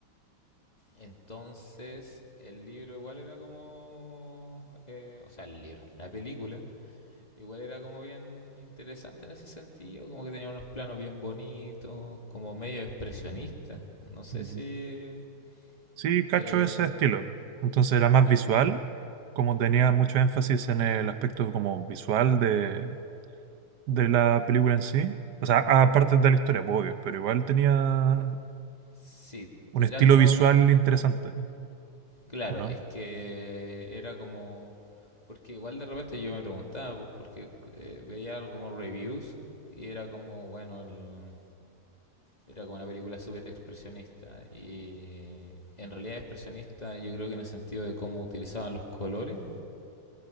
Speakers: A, on the left (about 20°); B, on the right (about 65°).
A: Entonces, el libro igual era como. eh, o sea, el libro, la película, igual era como bien interesante en ese sentido, como que tenía unos planos bien bonitos, como medio expresionista. No sé
B: Ujú.
A: si.
B: Sí, cacho
A: eh,
B: ese estilo. Entonces era más
A: pe-
B: visual, como tenía mucho énfasis en el aspecto como visual de, de la película en sí. O sea, aparte de la historia, pues, obvio, pero igual tenía
A: sí,
B: un
A: era
B: estilo
A: como
B: visual
A: bien.
B: interesante,
A: Claro,
B: ¿o no?
A: es que era como. Porque igual de repente yo me preguntaba, pues porque eh, veía como reviews y era como, bueno, el Era como una película súper expresionista. Y en realidad expresionista yo creo que en el sentido de cómo utilizaban los colores,